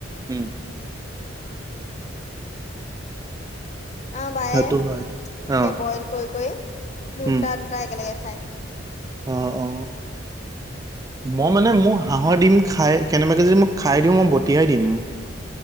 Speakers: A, on the right; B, on the left.
A: উম,
B: আমাৰ বায়ে
A: সেইটো হয়
B: একে
A: অ
B: বইল কৰি-কৰি দুটা-দুটা
A: উম
B: একেলগে খায়।
A: অ, অ, মই মানে মোৰ হাঁহৰ দিম খাই কেনেবাকে যদি মই খাই দিওঁ মই বটিয়াই দিম।